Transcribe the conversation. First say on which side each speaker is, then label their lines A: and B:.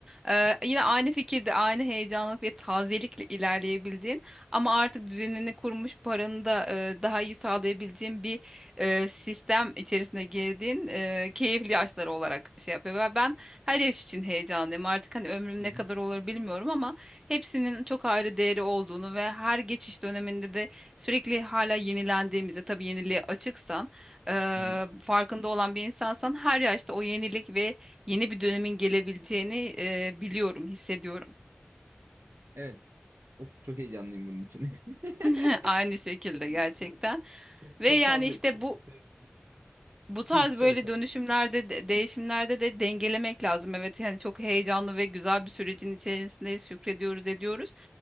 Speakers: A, on the right; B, on the right.
A: e,
B: hı
A: yine aynı fikirde, aynı heyecanlık ve tazelikle ilerleyebildiğin ama artık düzenini kurmuş paranı da e, daha iyi sağlayabileceğin bir e, sistem içerisine girdiğin e, keyifli yaşları olarak şey yapıyor. Ve ben her yaş için heyecanlıyım. Artık hani ömrüm
B: hı,
A: ne kadar olur bilmiyorum ama hepsinin çok ayrı değeri olduğunu ve her geçiş döneminde de sürekli hala yenilendiğimizde tabii yeniliğe açıksan e,
B: hı hı.
A: farkında olan bir insansan her yaşta o yenilik ve yeni bir dönemin gelebileceğini e, biliyorum, hissediyorum.
B: Evet. Of, çok heyecanlıyım bunun için. <laughs>
A: <laughs> Aynı şekilde
B: Evet,
A: gerçekten.
B: bu Çok
A: Ve
B: çok
A: yani
B: fazla
A: işte
B: Söyle,
A: bu
B: söyle.
A: bu tarz
B: Hı, söyle
A: böyle
B: söyle.
A: dönüşümlerde, de- değişimlerde de dengelemek lazım. Evet yani çok heyecanlı ve güzel bir sürecin içerisindeyiz, şükrediyoruz, ediyoruz